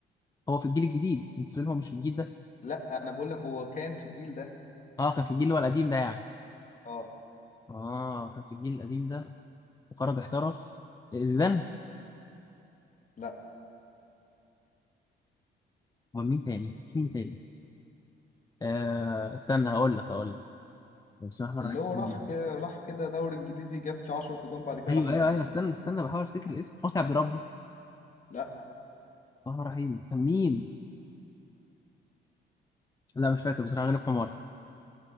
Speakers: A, on the left; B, on the left.
A: هو في الجيل الجديد انت بتقول هو مش في الجيل ده
B: لا انا بقول لك هو كان في الجيل ده
A: اه كان في الجيل اللي هو القديم ده يعني
B: اه
A: اه كان في الجيل القديم ده وخرج احترف آه، زيدان
B: لا
A: امال مين تاني في مين تاني آه استنى هقول لك هقول لك بسم الله الرحمن
B: اللي هو راح
A: الرحيم
B: كده راح كده دوري انجليزي جاب فيه 10 تجوان بعد كده
A: ايوه
B: راح نام
A: ايوه ايوه استنى استنى بحاول افتكر الاسم حسني عبد ربه بسم
B: لا
A: الله الرحمن الرحيم كان مين لا مش فاكر بصراحه غالب حماري